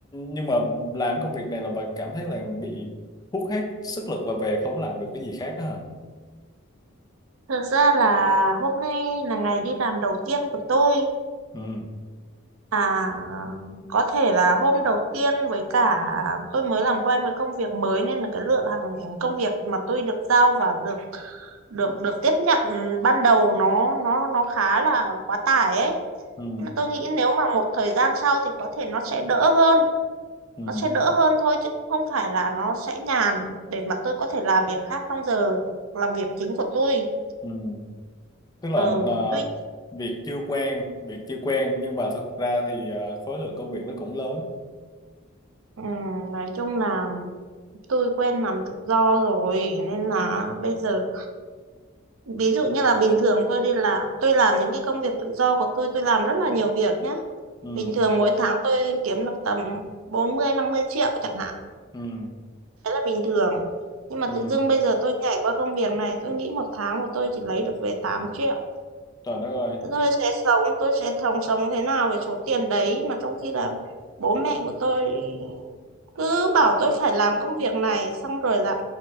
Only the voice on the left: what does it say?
nhưng mà làm công việc này là bạn cảm thấy là bị hút hết sức lực và về không làm được cái gì khác đó hả?
Ừ,
ừ,
ừ,
ừ. Tức là
ờ,
việc chưa quen, việc chưa quen nhưng mà thực ra thì ờ, khối lượng công việc nó cũng lớn.
Ừ,
ừ,
ừ.
Trời đất ơi,